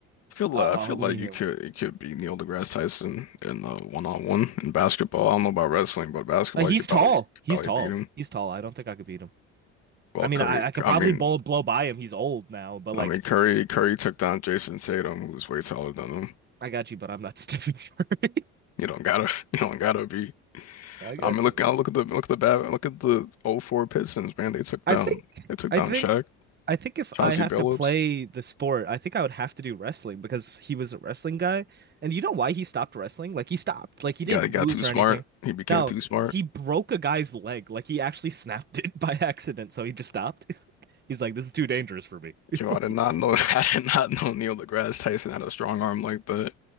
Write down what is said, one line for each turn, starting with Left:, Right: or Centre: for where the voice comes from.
Left: I feel like
Right: I-
Left: I
Right: I'll
Left: feel like
Right: meet
Left: you
Right: him.
Left: could it could be Neil deGrasse Tyson in the one on one in basketball. I don't know about wrestling, but basketball
Right: Uh, he's
Left: you could
Right: tall.
Left: probably could
Right: He's
Left: probably
Right: tall.
Left: beat him.
Right: He's tall. I don't think I could beat him.
Left: Well,
Right: I mean,
Left: Curry,
Right: I I could
Left: I
Right: probably
Left: mean,
Right: blow blow by him. He's old now, but like
Left: I mean Curry Curry took down Jason Tatum, who's way taller than him.
Right: I got you, but I'm not Stephen Curry.
Left: You don't gotta <laughs> you don't gotta be.
Right: <laughs> I got
Left: I mean, look
Right: you.
Left: I look at the look at the bad look at the '04 Pistons, man. They took
Right: I
Left: down
Right: think
Left: they took
Right: I
Left: down
Right: think
Left: Shaq,
Right: I think if
Left: Chauncey
Right: I have
Left: Billups.
Right: to play the sport, I think I would have to do wrestling because he was a wrestling guy. And you know why he stopped wrestling? Like he stopped. Like he
Left: He
Right: didn't
Left: got he got
Right: lose
Left: too smart.
Right: or anything.
Left: He became
Right: No,
Left: too smart.
Right: he broke a guy's leg. Like he actually <laughs> snapped it by accident, so he just stopped. <laughs> He's like, this is too dangerous for me. <laughs>
Left: Yo,
Right: Like,
Left: I did not know <laughs> I did not know Neil deGrasse Tyson had a strong arm like that.